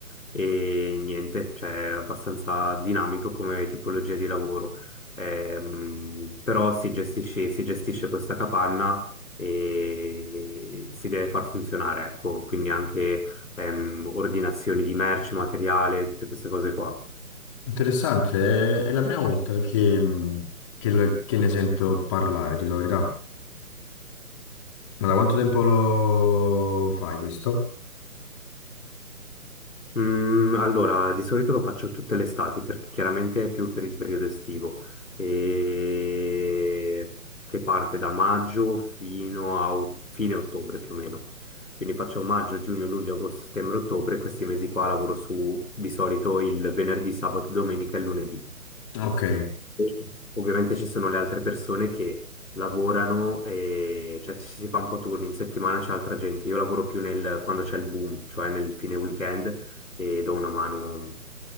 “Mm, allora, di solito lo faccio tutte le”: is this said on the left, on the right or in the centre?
Left